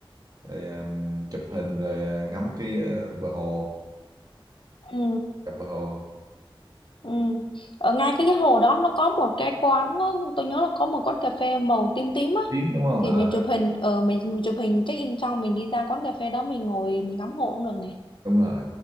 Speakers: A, on the right; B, on the left.
A: rồi à, chụp hình rồi à, ngắm cái à, bờ hồ
B: ừ
A: dọc bờ hồ
B: Ừ. Ở ngay cái cái hồ đó nó có một cái quán nó, tôi nhớ là có một quán cà phê màu tím tím á
A: Tiếng đúng không
B: thì
A: Ờ,
B: mình chụp hình ở mình, mình chụp hình check in xong mình đi ra quán cà phê đó mình ngồi mình ngắm hồ cũng được này
A: đúng rồi